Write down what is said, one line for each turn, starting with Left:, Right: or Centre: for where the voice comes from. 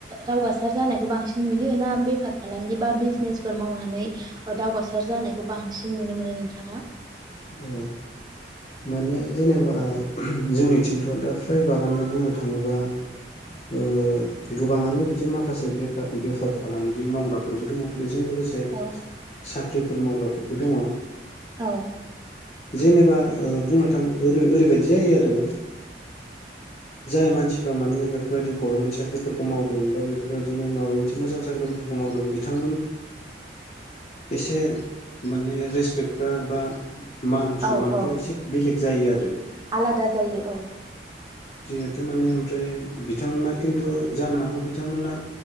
Right: दावगासार जानायखौ बांसिन नुयो ना बेफार फालांगि बा बिजनेसफोर मावनानै दावगासार जानायखौ बांसिन नुनो मोनो नोंथाङा।
Left: औ माने जेनोबा जोंनिथिंथ' दा फ्रायभागआानो बुंनो थाङोबा ओ गोबाङानो बिदि माखासे बेफर बेफार फालांगि मावग्राफोरबो दङ बे बेजों लोगोसे
Right: औ
Left: साख्रिफोर मावग्राफोरबो दङ।
Right: औ
Left: जेनेबा ओ बुंनो थाङो ओरैबायदि जायो आरो जाय मानसिफ्रा माने बेफोरबायदि गभर्नमेन्ट साख्रिफोरखौ मावदों बा बेफोरबायदिनो माबा मोनसे मोजां साख्रि बो मावदों बिथां एसे माने रेसपेक्टफ्रा बा मान सनमानफ्रा
Right: औ औ
Left: एसे बेलेग जायो आरो
Right: आलादा जायो औ
Left: जोंहथ' माने ओमफ्राय बिथांमोना खिन्थु जानो हागौ बिथांमोना